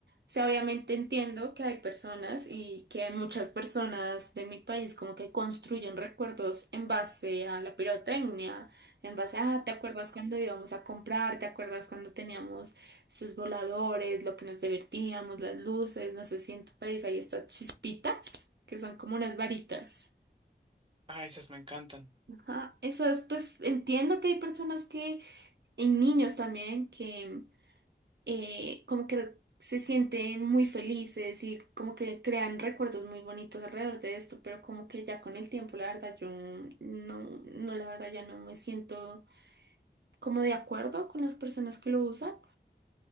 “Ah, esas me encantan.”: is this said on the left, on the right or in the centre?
Right